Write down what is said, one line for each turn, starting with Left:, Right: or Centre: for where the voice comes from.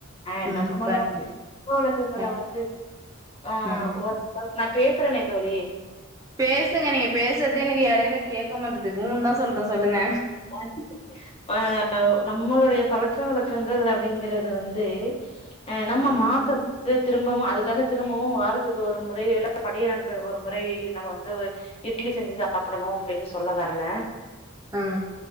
Left: அஹ்
Right: ம்
Left: நம்முடைய
Right: கண்டி
Left: உலகங்கல
Right: அ
Left: வந்து ஆஹ்
Right: ம்
Left: ளவு நா பேசுறேனே தோழி
Right: பேசுங்க நீங்க பேசுறது எனக்கு எடையில கேக்க மாட்டதுக்கும்ன்னு தான் சொல்றேன் சொல்லுங்க
Left: <unintelligible> ஆஹ் அ நம்மளுடைய பழ பழக்க வழக்கங்கள் அப்படிங்கிறது வந்து தே அ நம்ம
Right: ம்
Left: மாத்தனு து திரும்பவும் அதுக்காக திரும்பவும் வாரத்துக்கு ஒரு முறை இல்ல பண்டிகை நாட்களுக்கு ஒரு முறை நம்ம வந்து இட்லி செஞ்சு சாப்பிடணும் அப்டின்னு சொல்ல வரல
Right: ஆ